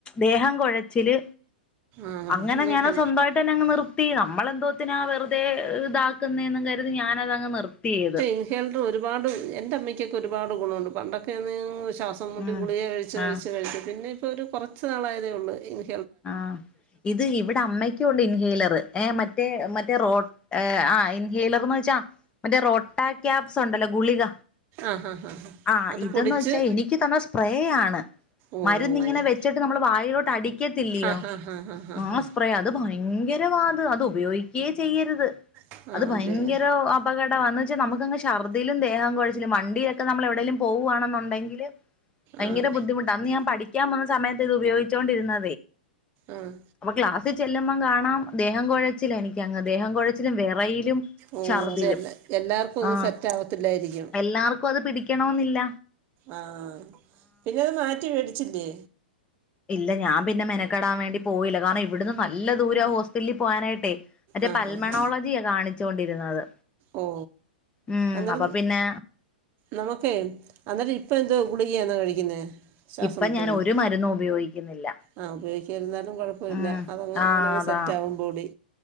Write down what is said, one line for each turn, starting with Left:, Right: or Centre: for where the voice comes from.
Left: ദേഹം കുഴച്ചില്
Right: ആഹ്
Left: അങ്ങനെ
Right: അങ്ങനെയൊക്കെ
Left: ഞാനത് സ്വന്തമായിട്ട് തന്നെ അങ്ങ് നിർത്തി നമ്മളെന്തോ ന്നിനാ വെറുതെ ഇതാക്കുന്നേന്നും കരുതി ഞാനതങ്ങ് നിർത്തി അത്
Right: പക്ഷേ അതൊക്കെ ഒരുപാട് എൻ്റെ അമ്മയ്ക്കൊക്കെ ഒരുപാട് ഗുണവുണ്ട് പണ്ടൊക്കെ ശാ സം മുട്ട്
Left: ഉം
Right: ഗുളിക കഴിച്ച് കഴിച്ച്
Left: ആഹ്
Right: കഴിച്ച് പിന്നെ ഇപ്പോൾ ഒരു കുറച്ച് നാളായതേ ഉള്ളൂ ഇനി
Left: ആഹ് ഇത് ഇവിടെ അമ്മയ്ക്കുണ്ട് ഇൻഹീലറ് ഏ മറ്റേ മറ്റേ റോ ആഹ് ഇൻഹീലർ എന്ന് വെച്ചാ മറ്റേ റൊട്ടാക്യാപ്സ് ഉണ്ടല്ലോ ഗുളിക
Right: ആഹ് ആഹ്
Left: ആഹ്
Right: അത്
Left: ഇതെന്ന്
Right: പൊടിച്ച്
Left: വെച്ചാ എനിക്ക് തന്ന സ്പ്രേയാണ്
Right: ഓഹ്
Left: മരുന്നിങ്ങനെ
Right: മരുന്ന്
Left: വെ ച്ചിട്ട് നമ്മള് വായിലോട്ട് അടിക്കത്തില്ലയോ
Right: ആഹ് ആഹ് ആഹ് ആഹ് ആഹ്
Left: ആ സ്പ്രേ അത് ഭ ഭയങ്കരവാ അത് അത് ഉപയോഗിക്കുകയേ ചെയ്യരുത്
Right: ആഹ്
Left: അത്
Right: ആണല്ലേ
Left: ഭയങ്കര അപകടമാണ് എന്ന് വെച്ചാൽ നമുക്കങ്ങ് ഛർദ്ദിലും ദേഹം കുഴച്ചിലും വണ്ടിയൊ ക്കെ നമ്മള് എവിടേലും പോവാണെന്നുണ്ടെങ്കില് ഭയങ്കര
Right: ആഹ്
Left: ബുദ്ധിമുട്ടാ അന്ന് ഞാൻ പഠിക്കാൻ പോന്ന സമയത്ത് ഇത് ഉപയോഗിച്ചോണ്ടിരുന്ന
Right: ആഹ്
Left: അപ്പൊ ക്ലാസ്സിൽ ചെല്ലുമ്പം കാണാം ദേഹം കുഴച്ചിലാ എനിക്കങ്ങ് ദേഹം കൊ ഴച്ചിലും വിറയലും
Right: ഓഹ്
Left: ശർദ്ദിലും
Right: അത് എല്ലാ എല്ലാർക്കും ഒന്നും
Left: ആ
Right: സെറ്റ് ആവത്തില്ലായിരിക്കും
Left: എല്ലാവർക്കും അത് പിടി ക്കണോന്നില്ല
Right: ആഹ് പിന്നെ അത് മാറ്റി മേടിച്ചില്ലേ
Left: ഇല്ല ഞാൻ പിന്നെ മെനക്കെടാൻ വേണ്ടി പോയില്ല കാരണം ഇവിടുന്ന് നല്ല ദൂരവാ ഹോസ്പിറ്റലിൽ പോകാനായിട്ടേ മറ്റേ
Right: ആഹ്
Left: പൽമണോളജിയ
Right: ആഹ്
Left: കാണിച്ചോണ്ടിരുന്നത്
Right: ഓ
Left: ഉം
Right: അന്നേരം
Left: അപ്പൊ പിന്നെ
Right: നമുക്കേ അന്നേരം ഇപ്പം എന്തോ ഗുളിക ആണോ കഴിക്കുന്നേ ശ്വാസം
Left: ഇപ്പ
Right: മുട്ടലിന്
Left: ഞാൻ ഒരു മരുന്നും ഉപയോഗിക്കുന്നില്ല
Right: ആഹ് ഉപയോഗിക്കാതെ ഇരുന്നാലും കുഴ പ്പവില്ല
Left: ഉം
Right: അതങ്ങ്
Left: ആഹ്
Right: അങ്ങനങ്ങ്
Left: അതാ
Right: സെറ്റാകും ബോഡി